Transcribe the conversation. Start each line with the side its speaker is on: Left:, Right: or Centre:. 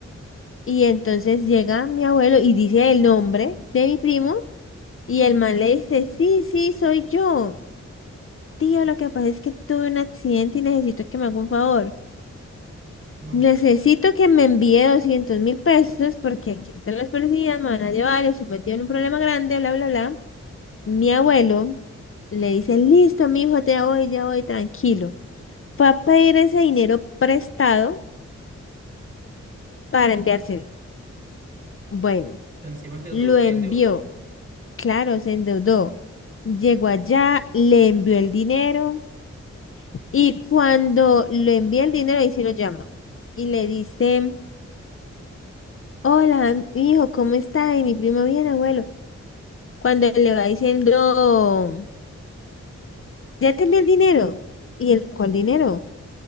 Left: Y entonces llega mi abuelo y dice el nombre de mi primo y el man le dice, sí, sí, soy yo. Tío, lo que pasa es que tuve un accidente y necesito que me haga un favor.
Right: No,
Left: Necesito que me envíe doscientos mil pesos porque aquí están los policías, me van a llevar, estoy metido en un problema grande, bla, bla, bla. Mi abuelo le dice, listo, mi hijo, te voy, ya voy, tranquilo. Fue a pedir ese dinero prestado para enviárselo. Bueno,
Right: encima se
Left: lo envió.
Right: endeudó,
Left: Claro, se endeudó. Llegó allá, le envió el dinero. Y cuando le envía el dinero, ahí sí lo llama. Y le dice, hola, hijo, ¿cómo está? Y mi primo bien, abuelo. Cuando le va diciendo, ya te envié el dinero. ¿Y el cuál dinero?